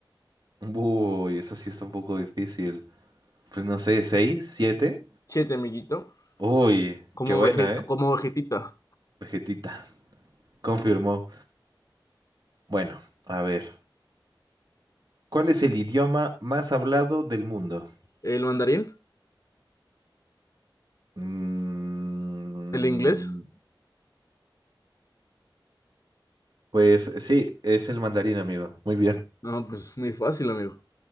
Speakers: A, on the right; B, on the left.
A: Uy, eso sí está un poco difícil. Pues no sé, ¿seis? ¿Siete?
B: Siete, amiguito.
A: Uy,
B: Como,
A: qué buena,
B: veje,
A: ¿eh?
B: como vegetita.
A: Vegetita, confirmó. Bueno, a ver. ¿Cuál es el idioma más hablado del mundo?
B: ¿El mandarín?
A: Mm,
B: ¿El inglés?
A: pues sí, es el mandarín, amigo. Muy bien,
B: No, pues muy fácil, amigo.